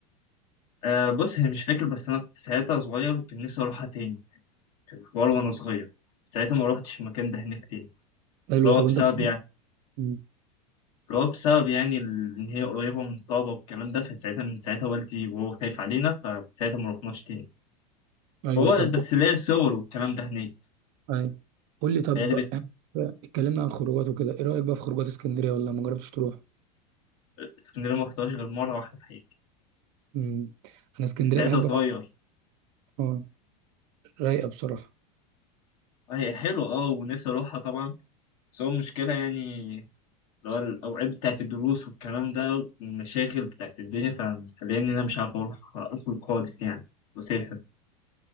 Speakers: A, on the left (about 60°); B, on the right (about 55°).
A: آه بص هي مش فاكر بس انا كنت ساعتها صغير وكان نفسي اروحها تاني كان في حوار وانا صغير ساعتها ما روحتش المكان ده هناك تاني
B: حلو
A: اللي هو
B: طب
A: بسبب
B: أنت بت...
A: يعني
B: مم.
A: اللي هو بسبب يعني ال- ان هي قريبه من الطابه والكلام ده فساعتها من ساعتها والدي وهو خايف علينا فساعتها ما روحناش تاني
B: أيوه
A: هو
B: طب
A: بس ليا صور والكلام ده هناك
B: أيوه قول لي طب
A: بقالي بت
B: اتكلمنا عن خروجات وكده إيه رأيك بقى في خروجات اسكندرية ولا ما جربتش تروح؟
A: اسكندريه ما رحتهاش غير مره واحده في حياتي
B: مم. أنا اسكندرية
A: كنت ساعتها
B: بحب
A: صغير
B: اه رايقة بصراحة
A: آه، هي حلوه اه ونفسي اروحها طبعا بس هو المشكله يعني اللي هو الاوقات بتاعت الدروس والكلام ده والمشاغل بتاعت الدنيا فمخليني إن انا مش عارف اروح اصلا خالص يعني مسافر